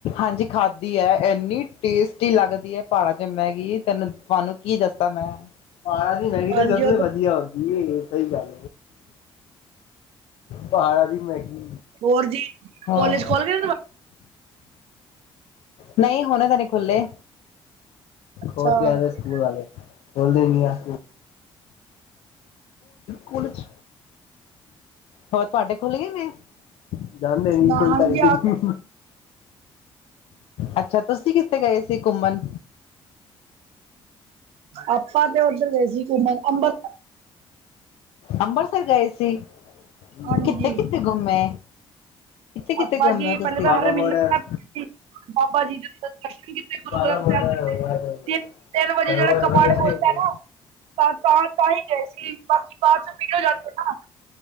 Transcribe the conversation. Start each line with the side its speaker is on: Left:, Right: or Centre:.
Left: ਹਾਂਜੀ ਖਾਂਦੀ ਹੈ, ਇੰਨੀ ਟੇਸਟੀ ਲੱਗਦੀ ਹੈ ਪਹਾੜਾਂ 'ਚ ਮੈਗੀ, ਤੈਨੂੰ ਤੁਹਾਨੂੰ ਕੀ ਦੱਸਤਾ ਮੈਂ, ਪਹਾੜਾਂ ਦੀ ਮੈਗੀ ਤਾਂ
Right: ਹਾਂਜੀ
Left: ਸਬ
Right: ਉਧਰ
Left: ਨਾਲੋਂ ਵਧੀਆ। ਇਹ ਸਹੀ ਗੱਲ ਪਹਾੜਾਂ ਦੀ ਮੈਗੀ
Right: ਹੋਰ ਜੀ,
Left: ਹਾਂ
Right: ਕੋਲੇਜ ਖੋਲ ਗੇ
Left: ਨਹੀਂ, ਹੁਣੇ ਤਾਂ ਨਹੀਂ ਖੁੱਲੇ।
Right: ਅੱਛਾ
Left: ਹੋ ਤੇ ਆ ਸਕੂਲ ਵਾਲੇ, ਬੋਲਦੇ ਹੀ ਨ ਆ ਕੋਲਜ ਹੋਰ ਤੁਹਾਡੇ ਖੁੱਲ ਗਏ ਨੇ? ਜਾਣਦਾ ਨੀ,
Right: ਨਾ
Left: ਕੋਣ
Right: ਹਾਂਜੀ
Left: ਤਾਰੀਖ
Right: ਆ
Left: ਨੂੰ ਅੱਛਾ, ਤੁਸੀਂ ਕਿੱਥੇ ਗਏ ਸੀ ਘੁੰਮਣ?
Right: ਆਪਾ ਤੇ ਉੱਧਰ ਗਏ ਸੀ ਘੁੰਮਣ, ਅੰਬਰਸਰ
Left: ਅੰਬਰਸਰ ਗਏ ਸੀ,
Right: ਹਾਂਜੀ
Left: ਕਿੱਥੇ ਕਿੱਥੇ ਘੁੰਮੇ? ਕਿੱਥੇ ਕਿੱਥੇ
Right: ਆਪਾਂ
Left: ਘੁੰਮੇ
Right: ਜੀ
Left: ਹੋ
Right: ਪਹਿਲੇ
Left: ਤੁਸੀਂ
Right: ਤਾਂ
Left: ਬਾਗਾ
Right: ਹਰ ਮਹੀਨੇ,
Left: ਬੋਡਰ
Right: ਬਾਬਾ ਜੀ ਦੇ ਦਰਸ਼ਨ ਕੀਤੇ, ਗੁਰੂ
Left: ਬਾਗਾ
Right: ਗ੍ਰੰਥ
Left: ਬੋਡਰ
Right: ਸਾਹਿਬ ਜੀ
Left: ਹੋ ਗਿਆ ਤੇ
Right: ਤਿੰਨ- ਤਿੰਨ ਵਜੇ
Left: ਸਰੋਵਰ
Right: ਜਿਹੜਾ ਕਪਾਟ
Left: ਵਗੈਰਾ
Right: ਪੈਲ ਤਾਂ, ਤਾਂ ਤਾਂ ਹੀ ਗਏ ਸੀ। ਬਾਕੀ ਬਾਅਦ ਚੋਂ ਵਿ ਭੀੜ ਹੋ ਜਾਂਦੀ ਨਾ,